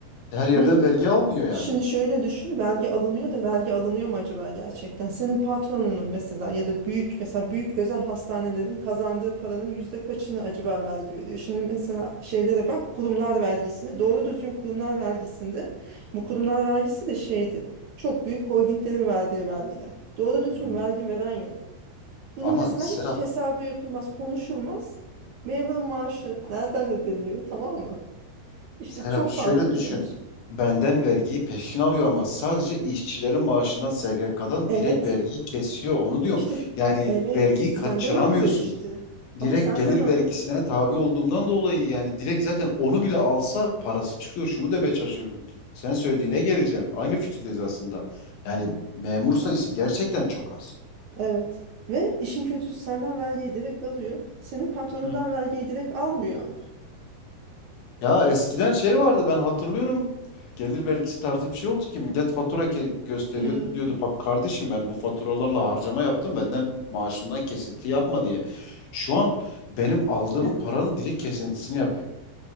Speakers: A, on the left; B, on the right.
A: her yerden
B: bunun
A: vergi almıyor yani.
B: Şimdi şöyle düşün, vergi alınıyor da vergi alınıyor mu acaba gerçekten? Senin patronunun mesela ya da büyük mesela büyük özel hastanelerin kazandığı paranın yüzde kaçını acaba vergi veriyor? Şimdi mesela şeylere bak kurumlar vergisine doğru düzgün kurumlar vergisinde bu kurumlar vergisi de şeydi çok büyük holdinglerin verdiği vergiler. Doğru düzgün
A: Hmm,
B: vergi veren yok. Bunun
A: Ama
B: mesela
A: Serap
B: hiç hesabı yapılmaz, konuşulmaz. Memurun maaşı nereden ödeniyor tamam mı? İşte
A: Serap
B: çok
A: şöyle
B: fazla
A: düşün.
B: bir olmuş.
A: Benden vergiyi peşin alıyor ama sadece işçilerin maaşından SGK'dan
B: Evet.
A: direkt vergiyi kesiyor onu diyorum.
B: İşte
A: Yani
B: evet
A: vergiyi
B: senden
A: kaçıramıyorsun.
B: alıyor işte.
A: direkt
B: Ama senden
A: gelir
B: alıyor.
A: vergisine tabi olduğumdan dolayı yani direkt zaten onu bile alsa parası çıkıyor. Şunu demeye çalışıyorum. Sen söylediğine geleceğim. Aynı fikirdeyiz aslında. Yani memur sayısı gerçekten çok az.
B: Evet. Ve işin kötüsü senden vergiyi direkt alıyor. Senin patronundan
A: Hı.
B: vergiyi direkt almıyor ama.
A: Ya eskiden şey vardı ben hatırlıyorum. Gelir vergisi tarzı bir şey oldu ki millet fatura ke- gösteriyordu
B: Hmm,
A: diyordu. Bak kardeşim ben bu faturalarla harcama yaptım benden maaşımdan kesinti yapma diye. Şu an benim aldığım
B: evet.
A: paranın direkt kesintisini yapıyor